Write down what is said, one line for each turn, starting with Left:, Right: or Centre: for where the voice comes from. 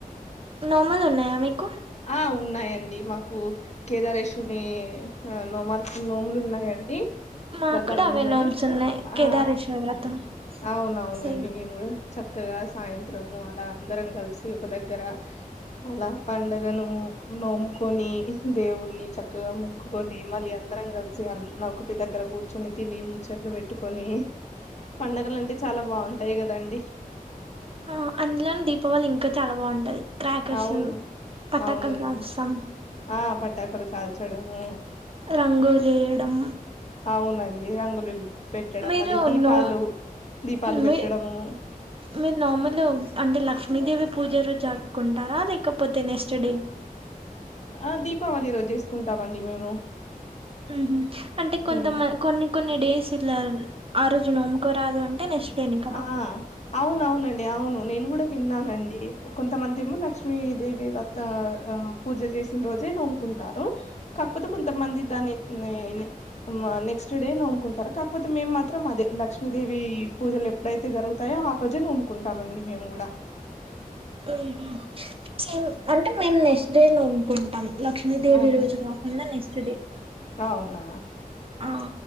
Right: నోముల్ ఉన్నాయా మీకు?
Left: ఆ ఉన్నాయండి మాకు కేదారేశవుని ఆ నోమాలు నోములు ఉన్నాయండి.
Right: మాకు
Left: వ్రతాలు
Right: కూడా అవే
Left: ఉన్నాయి
Right: నోమ్స్ ఉన్నాయి కేదారేశ్వర
Left: ఆ
Right: వ్రతం
Left: అవునవునండి
Right: సేమ్
Left: మేము కూడా చక్కగా సాయంత్రము అలా అందరం కలిసి ఒక దగ్గర అలా పండగను నోముకొని దేవుడిని చక్కగా మొ క్కుకొని మళ్ళీ అందరం కలిసి అ ఒకటి దగ్గర కూర్చొని తిని ముచ్చట్లు పెట్టుకొని పండగలు అంటే చాలా బావుంటాయి కదండి
Right: ఆ అందులోనే దీపావళి ఇంకా చాలా బావుంటది. క్రాకర్స్
Left: అవును
Right: పట్టకాలు
Left: అవునండి
Right: కాలుసాం
Left: ఆ పట్టాకులు కాల్చడము
Right: రంగులు వేయడం
Left: అవునండి రంగుల్లు పెట్టడం
Right: మీరు
Left: మళ్ళీ దీపాలు
Right: నో
Left: దీపాలు పెట్టడము.
Right: మీ మీరు నార్మల్ అంటే లక్ష్మీదేవి పూజ రోజు జరుపుకుంటారా, లేకపోతే నెక్స్ట్ డే?
Left: ఆ దీపావళి రోజు వేసుకుంటామండి మేము
Right: ఉహు అంటే కొంతమం
Left: హ్మ్.
Right: కొన్ని కొన్ని డేస్ ఇలా ఆ రోజు నోముకోరాదు అంటే నెక్స్ట్ డేనే కదా
Left: ఆ అవునవునండి అవును నేను కూడా విన్నానండి కొంతమంది ఏమో లక్ష్మీదేవి వ్రత ఆ పూజ చేసిన రోజే నోముకుంటారు కాకపోతే కొంతమంది దాన్ని నేనే మాన్నె నెక్స్ట్ డే నోముకుంటారు కాకపోతే మేము మాత్రం అదే లక్ష్మీదేవి పూజలు ఇప్పుడైతే జరుగుతాయో ఆ రోజేనే నోముకుంటామండి మేము కూడా
Right: హం సెమ్ అంటే మేము నెక్స్ట్ డే నోముకుంటాం లక్ష్మీదేవి
Left: ఆహ
Right: రోజుగా ఉన్న నెక్స్ట్ డే
Left: అవునా
Right: ఆ